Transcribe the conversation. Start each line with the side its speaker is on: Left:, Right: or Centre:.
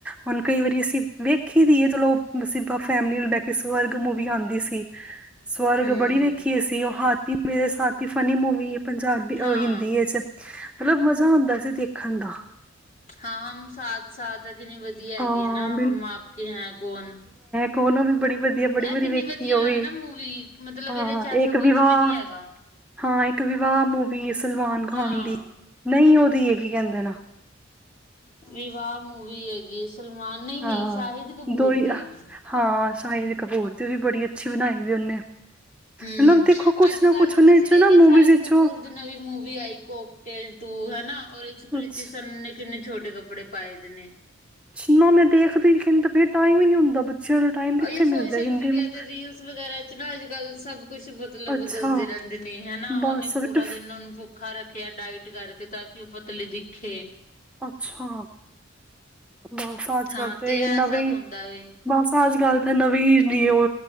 Centre: ਹੁਣ ਕਈ ਵਾਰੀ ਅਸੀਂ ਵੇਖੀ ਦੀਏ ਚਲੋ ਸਿੱਧਾ ਫੈਮਲੀ ਨਾਲ ਬੈ ਕੇ ਸਵਰਗ ਮੂਵੀ ਆਂਦੀ ਸੀ।
Left: <inaudible>
Centre: ਸਵਰਗ
Left: ਹੂੰ
Centre: ਬੜੀ ਵੇਖੀ ਅਸੀ ਓ ਹਾਥੀ ਮੇਰੇ ਸਾਥੀ ਫਨੀ ਮੂਵੀ ਏ ਪੰਜਾਬੀ
Left: ਹਾਂ
Centre: ਓ ਹਿੰਦੀ ਏਚ ਮਤਲਬ ਮਜ਼ਾ ਆਂਦਾ ਸੀ ਦੇਖਣ ਦਾ।
Left: ਹਾਂ, ਹਮ ਸਾਥ ਸਾਥ ਹੈ ਕਿਨੀ ਵਧੀਆ ਹੈਗੀ
Centre: ਹਾਂ
Left: ਐ ਨਾ, ਹਮ ਆਪ ਕੇ ਹੈ ਕੌਣ?
Centre: ਕੋਲੋ ਵੀ ਬੜੀ ਵਧ ਬੜੀ ਵਾਰੀ
Left: ਇਹ ਕਿੰਨੀ
Centre: ਵੇਖੀ
Left: ਵਧੀਆ
Centre: ਓ ਵੀ
Left: ਹੈ ਨਾ ਮੂਵੀ ਮਤਲਬ
Centre: ਹਾਂ,
Left: ਇਹਦੇ ਚ ਐਸਾ
Centre: ਏਕ
Left: ਕੁਛ
Centre: ਵਿਵਾਾਹ
Left: ਵੀ ਨਹੀਂ ਹੈਗਾ
Centre: ਹਾਂ, ਏਕ ਵਿਵਾਹ ਮੂਵੀ ਸਲਮਾਨ ਖਾਨ
Left: ਹਾਂ
Centre: ਦੀ, ਨਈ ਓਦੀ ਏ ਕੀ ਕੈਂਦੇ ਨੇ?
Left: ਵਿਵਾਹ ਮੂਵੀ ਹੈਗੀ ਏ ਸਲਮਾਨ ਨਹੀਂ,
Centre: ਹਾਂ
Left: ਨਹੀਂ ਸ਼ਾਹਿਦ ਕਪੂਰ
Centre: ਦੋ ਹੀ
Left: ਦੀ ਐ।
Centre: ਹਾਂ, ਸਾ਼ਹਿਦ ਕਪੂਰ ਦੀ ਓਵੀ ਬੜੀ ਅੱਛੀ, ਬਣਾਈ ਹੋਈ ਓਨੇ
Left: ਹੂੰ
Centre: ਮਲਬ ਦੇਖੋ, ਕੁਛ
Left: ਅੱਜ
Centre: ਨਾ
Left: ਕੱਲ
Centre: ਕੁਛ
Left: ਤਾਂ
Centre: ਓਨੇ
Left: ਤੁਸੀਂ
Centre: ਚੋ
Left: ਵੇਖਿਆ
Centre: ਨਾ ਮੁਵੀਜ਼
Left: ਸ਼ਾਹਿਦ
Centre: ਇਚੋਂ
Left: ਕਪੂਰ ਦੀ ਨਵੀਂ ਮੂਵੀ ਆਈ, ਕੋਕਟੇਲ ਟੂ ਹਨਾ, ਔਰ ਏ ਚ
Centre: ਕੁਛ
Left: ਕ੍ਰਿਤੀ ਸਰ ਨੇ ਕਿੰਨੇ ਛੋਟੇ ਕੱਪੜੇ ਪਾਏ ਦੀ ਨੇ।
Centre: ਜਿੰਨਾ ਮੈਂ ਦੇਖਦੀ ਨੀ ਕਹਿੰ ਤਾਂ, ਫਿਰ ਟਾਈਮ ਈ ਨੀ ਹੁੰਦਾ ਬੱਚਿਆਂ ਟਾਈਮ ਕਿੱਥੇ
Left: ਅਈ ਸੋਸ਼ਲ
Centre: ਮਿਲਦਾ ਹਿੰਦੀ
Left: ਮੀਡੀਆ
Centre: ਨੂੰ
Left: ਤੇ ਰੀਲ ਰੀਲਸ ਵਗੈਰਾ ਚ ਨਾ ਅੱਜ, ਕੱਲ ਸਭ ਕੁਛ ਮਤਲਬ
Centre: ਅੱਛਾ
Left: ਦੱਸਦੇ ਰੈਂਦੇ ਨੇ ਹੈਨਾ,
Centre: ਬਸ
Left: ਓਨੇ ਪੂਰਾ
Centre: ਬਟ
Left: ਦਿਨ ਓਨੂੰ ਭੁ ਖਾ ਰੱਖਿਆ ਡਾਇਟ ਕਰਕੇ ਤਾਂ ਕਿ ਓ ਪਤਲੀ ਦਿਖੇ।
Centre: ਅੱਛਾ, ਬਸ ਅੱਜ
Left: ਹਾਂ
Centre: ਕੱਲ ਤੇ
Left: ਇਹ
Centre: ਨਵੇ
Left: ਸਭ ਹੁੰਦਾ
Centre: ਈ
Left: ਵੇ
Centre: ਬਸ, ਅੱਜ ਕੱਲ ਤੇ ਨਵੀਂ ਜੀ ਓ